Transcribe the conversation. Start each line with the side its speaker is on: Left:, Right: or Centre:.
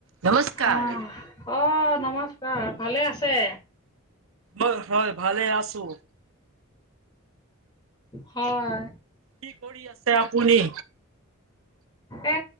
Right: নমস্কাৰ।
Left: হা, অ নমস্কাৰ ভালে আছে।
Right: হয় হয় ভালে আছো।
Left: হয়।
Right: কি কৰি আছে আপুনি।
Left: এ